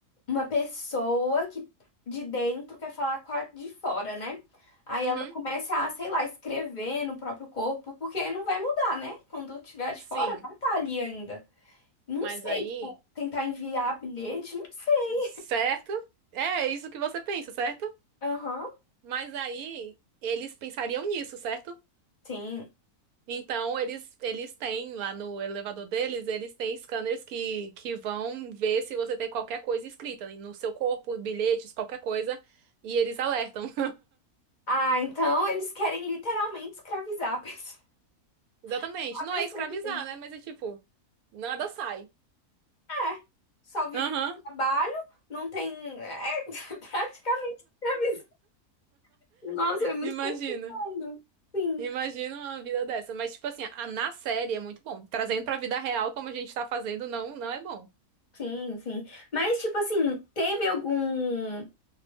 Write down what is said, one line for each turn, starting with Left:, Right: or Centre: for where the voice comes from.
Left: uma pessoa que de dentro quer falar com a de fora, né? Aí
Right: Uhum,
Left: ela começa a, sei lá, escrever no próprio corpo, porque não vai mudar, né? Quando tiver a de
Right: sim,
Left: fora, vai estar ali ainda. Não
Right: mas
Left: sei,
Right: aí,
Left: tipo, tentar enviar bilhete, não sei.
Right: certo? É é isso que você pensa, certo?
Left: Aham,
Right: Mas aí eles pensariam nisso, certo?
Left: sim.
Right: Então eles eles têm lá no elevador deles, eles têm scanners que que vão ver se você tem qualquer coisa escrita no seu corpo, bilhetes, qualquer coisa, e eles alertam.
Left: Ah, então eles querem literalmente escravizar a pessoa,
Right: Exatamente.
Left: <laughs> a
Right: Não
Left: pessoa
Right: é escravizar,
Left: de dentro.
Right: né? Mas é tipo, nada sai.
Left: É, só vive
Right: Aham,
Left: por trabalho, não tem. É <laughs> praticamente escravizar. Nossa, é muito
Right: imagina.
Left: complicado. Sim.
Right: Imagina uma vida dessa. Mas, tipo assim, a, na série é muito bom. Trazendo pra vida real, como a gente tá fazendo, não, não é bom.
Left: Sim, sim. Mas, tipo assim, teve algum.